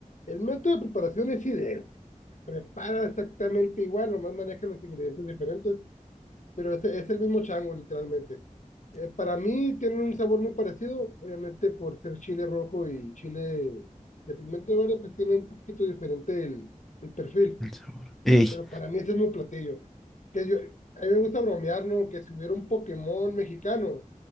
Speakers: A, on the left; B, in the centre.
A: El método de preparación es idéntico, prepara exactamente igual, nomás maneja los ingredientes diferentes, pero es, es el mismo chango, literalmente. Eh, para mí tienen un sabor muy parecido, obviamente por ser chile rojo y chile de pigmento verde, pues tiene un poquito diferente el, el perfil
B: el sabor. Ey.
A: pero para mí ese es mi platillo. Que yo, a mí me gusta bromear, ¿no? Que si hubiera un Pokémon mexicano,